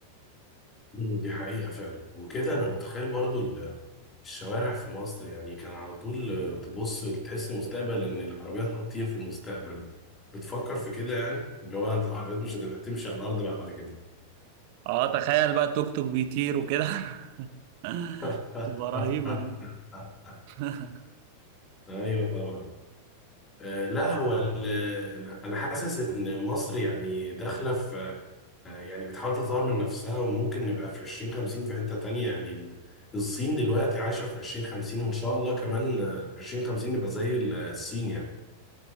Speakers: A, on the left (about 20°); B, on the right (about 45°).
A: مم، دي حقيقه فعلا وكده انا متخيل برضو ال- الشوارع في مصر يعني كان على طول آه، تبص تحس المستقبل ان العربيات هتطير في المستقبل بتفكر في كده يعني اللي هو العربيات مش هتبقى تمشي على الارض بعد كده
B: اه تخيل بقى توك توك بيطير وكده <laughs>
A: <laughs>
B: تبقى رهيبه دي <laughs>
A: ايوه طبعا آه، لا هو ال- ال- انا حاسس ان مصر يعني داخله في آه، يعني بتحاول تطور من نفسها وممكن نبقى في 2050 في حته تانية يعني ال- الصين دلوقتي عايشه في 2050 وان شاء الله كمان آه، 2050 نبقى زي الصين يعني